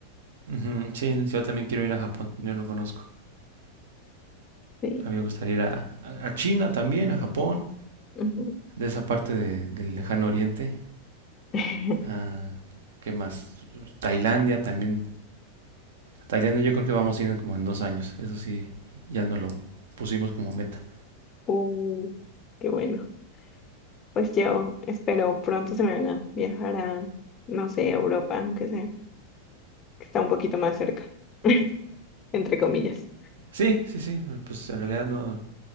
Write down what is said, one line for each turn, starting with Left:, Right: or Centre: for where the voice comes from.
Right: Ujú, Sí, yo también quiero ir a Japón. Yo no conozco.
Left: Sí.
Right: A mí me gustaría ir a, a- a China también, a Japón,
Left: ujú.
Right: de esa parte de- del lejano oriente.
Left: <laughs>
Right: Ah, ¿qué más? Tailandia también. Tailandia yo creo que vamos a ir en como en dos años. Eso sí, ya no lo pusimos como meta.
Left: Uh, qué bueno. Pues yo espero pronto se me van a viajar a, no sé, a Europa, aunque sea, que está un poquito más cerca, <laughs> entre comillas.
Right: Sí, sí, sí. Pues en realidad no